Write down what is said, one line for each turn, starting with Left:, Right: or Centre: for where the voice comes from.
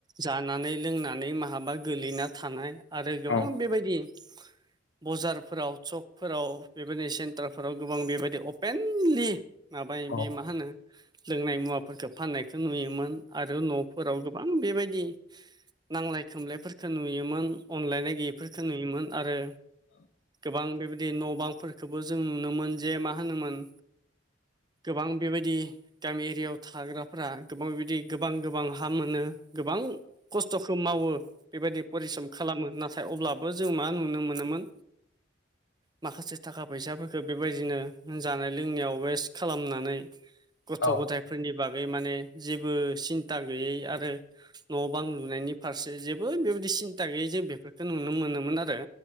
Right: जानानै लोंनानै माहाबा गोलैना थानाय आरो गोबां
Left: औ
Right: बेबायदि बजारफोराव सकफोराव बेबायदि सेन्टारफोराव गोबां बेबायदि अ मेनलि माबायो
Left: औ
Right: बे मा होनो लोंनाय मुवाफोरखो फाननायखो नुयोमोन। आरो न'फोराव गोबां बेबायदि नांलाय खोमलायफोरखो नुयोमोन। अनलायनाय गैयिफोरखो नुयोमोन आरो
Left: <unintelligible>
Right: बां बेबायदि न' बांफोरफोरखोबो जों नुनो मोन जे मा होनोमोन गोबां बेबायदि गामि एरियाव थाग्राफोरा गोबां बिदि गोबां गोबां हा मोनो। गोबां खस्थ'खो मावो बेबायदि फरिस्रम खालामो नाथ थाय अब्लाबो जों मा नुनो मोनोमोन माखासे थाखा फैसाफोरखो बेबायदिनो जानाय लोंनायाव वेस्ट खालामनानै गथ'
Left: औ
Right: गथाय फोरनि बागै माने जेबो सिन्ता गैयै आरो न' बां लुनायनि फारसे जेबो बेबायदि सिन्ता गैयै जों बेफोरखौ नुनो मोनोमोन आरो।